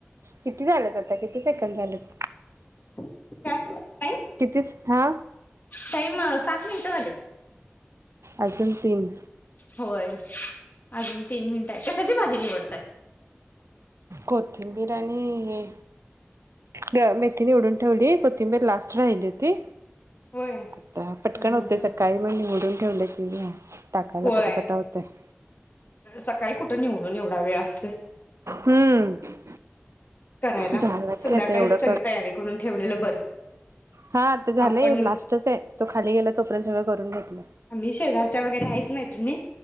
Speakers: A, on the right (about 85°); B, on the left (about 40°).
A: किती झालेत आता किती सेकंड झालेत?
B: कायं?
A: कितीच हा
B: टाईम सात मिनिटं झालेत.
A: अजून तीन
B: होय अजून तीन मिनट आहेत. कशाची भाजी निवडताय?
A: कोथिंबिर आणि हे. गं मेथी निवडून ठेवली, कोथिंबीर लास्ट राहिली होती.
B: होय
A: आता
B: हम्म
A: पटकन
B: हम्म
A: होतेयं
B: हम्म
A: सकाळी, मग निवडून ठेवलं की. टाकायला
B: होय
A: पटापटा होतेयं.
B: सकाळी कुठं निवडून एवढा वेळ असतोय.
A: हम्म
B: करायला
A: झालं
B: संध्याकाळी
A: की आता एवढं
B: सगळी तयारी करून ठेवलेलं बरं.
A: हा आता झालंय
B: आपण
A: एवढ लास्टच आहे तो खाली गेला तोपर्यंत सगळं करून घेतलं.
B: आम्ही शेजारच्या वगैरे आहेत मैत्रिणी.